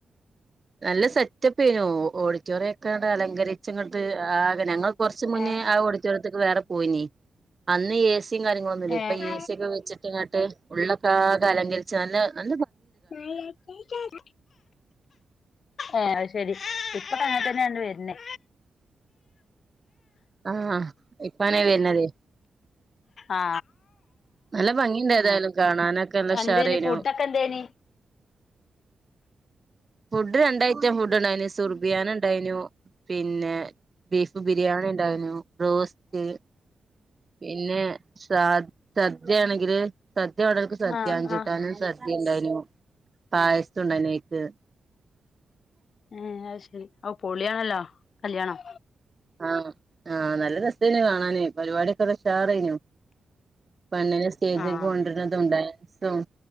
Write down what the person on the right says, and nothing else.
നല്ല സെറ്റപ്പെയ്നു ഓഡിറ്റോറിയക്കെണ്ട് അലങ്കരിച്ച് ങ്ങ ട്ട് ആകെ ഞങ്ങള് കൊറച്ച് മുന്നേ
ആ ഓടിച്ചടുത്തക്ക് വേറെ പോയിനി അന്ന് ഏ സിം കാര്യങ്ങളൊന്നും ഇല്ലേനി
പ്പൊ ഏസിയൊക്കെ വെച്ചട്ട്ങ്ങട്ട് ഉള്ളൊക്കാ ലങ്കരിച്ച നല്ല ന
ആ ഹ ഇപ്പാനെവര്നതേ
നല്ല ഭംഗിണ്ട് ഏതായാലും കാണാനൊക്കെ നല്ലഷാറെയ്നു
ഫുഡ് രണ്ടയ്‌റ്റം ഫുഡ്ണ്ടായ്നി സുർ ബിയാനുണ്ടായിനു പിന്നെ ബീഫ് ബിരിയാണിണ്ടായ്നടു ബ്രോസ്റ്റ് പിന്നെ സാ സദ്യയാണെങ്കില് സദ്യ വേണ്ടോൽക്ക് സദ്യ
അഞ്ചൂട്ടാനും
സ ണ്ടായ്നു പായസുണ്ടായ്നയ്ക്ക്
ആ ആ നല്ല രസേനു കാണാന് പരിപാടിക്കല്ലഷാറേയ്നു പെണ്ണ്നെ സ്റ്റേജക്ക്
കൊണ്ടര്ണതുണ്ടായി സും